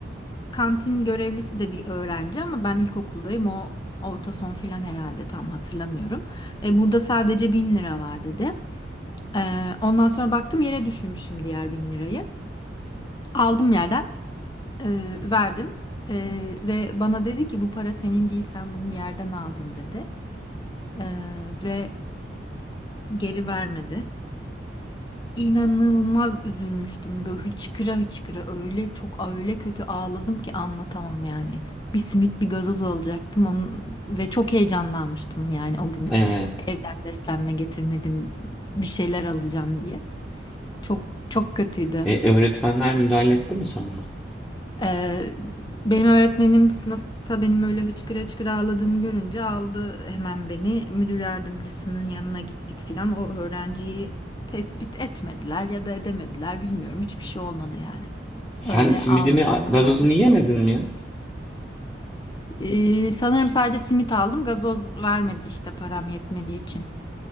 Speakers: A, on the left; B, in the centre.
A: kantin görevlisi de bir öğrenci ama ben ilkokuldayım. O orta son filan herhalde tam hatırlamıyorum. E, burada sadece 1000 lira var dedi. Ee, ondan sonra baktım yere düşürmüşüm diğer bin lirayı. Aldım yerden e, verdim Ee, ve bana dedi ki bu para senin değil sen bunu yerden aldın dedi. Ee, ve geri vermedi. İnanılmaz üzülmüştüm böyle hıçkıra hıçkıra öyle çok öyle kötü ağladım ki anlatamam yani. Bir simit bir gazoz alacaktım onun, ve çok heyecanlanmıştım yani o gün
B: Evet.
A: evden beslenme getirmedim bir şeyler alacağım diye. Çok çok kötüydü.
B: E, öğretmenler müdahale etti mi sonra?
A: Ee, benim öğretmenim sınıfta benim öyle hıçkıra hıçkıra ağladığımı görünce aldı hemen beni müdür yardımcısının yanına gittik filan. O öğrenciyi tespit etmediler ya da edemediler bilmiyorum. Hiçbir şey olmadı yani. Öyle
B: Sen simidini,
A: ağladığımla
B: a-
A: kaldım.
B: gazozunu yiyemedin mi ya?
A: Ee, sanırım sadece simit aldım. Gazoz vermedi işte param yetmediği için.